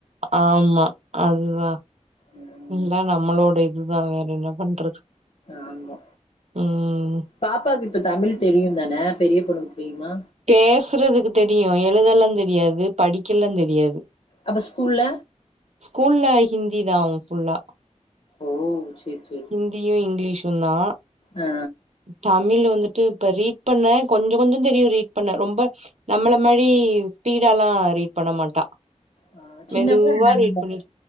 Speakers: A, on the right (about 60°); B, on the left (about 60°).
A: ஆமா அதுதா
B: உம்
A: ம் எல்லா நம்மளோட இதுதா வேற என்ன பண்றது
B: ஆமா
A: ம்.
B: பாப்பாவுக்கு இப்ப தமிழ் தெரியு தான பெரிய பொண்ணுக்கு தெரிமா
A: பேசுறதுக்கு தெரியு எழுதல்லா தெரியாது படிக்கல்லா தெரியாது
B: அப்ப ஸ்கூல்ல
A: ஸ்கூல்ல ஹிந்தி தா அவுங்க ஃபுல்லா
B: ஓ செரி செரி
A: ஹிந்தியு இங்கிலீஷு தா
B: ஆ
A: தமிழ் வந்துட் டு இப்ப ரீட் பண்ண கொஞ்சொ கொஞ்சொ தெரியு ரீட் பண்ண ரொம்ப நம்மள மாரி ஸ்பீடால்லா ரீட் பண்ண மாட்டா
B: ஆ சின்னவ
A: மெதுவா
B: நானுந்தா
A: ரீட் பண்ணி